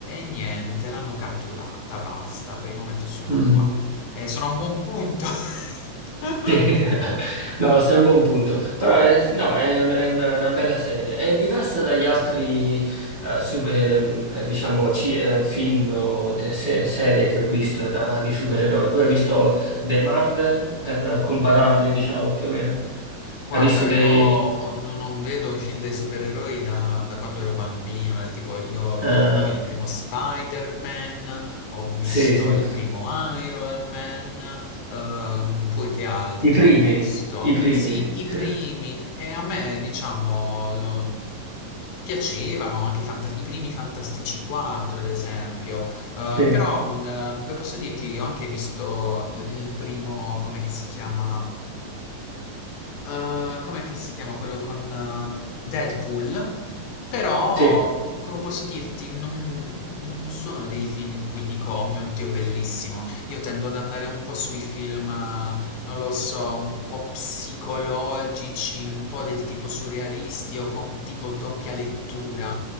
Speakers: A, on the left; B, on the right.
A: e niente, l'hanno catturata, basta, per il momento sono
B: Mm,
A: qua. Eh, sono a un buon punto. <laughs>
B: sì. <laughs> No, sei a un buon punto. Però è, no, è, un- è una, una bella serie. È diversa dagli altri, eh, su- ehm, eh, diciamo, ci- eh, film o te- se- serie che ho visto da- di supereroi. Tu hai visto dei Marvel per
A: Mhm.
B: compararli, diciamo, più o meno?
A: Guarda,
B: Hai visto dei...
A: io ho- non non vedo i film dei supereroi da, da quando ero bambino, del tipo io
B: eh,
A: vedevo il primo Spider-Man, ho visto
B: sì, sì.
A: il primo Iron Man, ehm, poi che altro
B: I primi,
A: ho visto?
B: i primi.
A: Sì,
B: <laughs>
A: i primi, e a me diciamo eh, piacevano anche i, fanta- i primi Fantastici 4 ad esempio, Eh,
B: Sì,
A: però mh, eh, come posso dirti, ho anche visto il il primo, come che si chiama? eh, com'è che si chiama quello con eh, Deadpool? Però,
B: sì,
A: come posso dirti, non, non sono dei film in cui dico, oh mio Dio, bellissimo. Io tendo ad andare un po' sui film, eh, non lo so, un po' psicologici, un po' del tipo surrealisti o con tipo doppia lettura,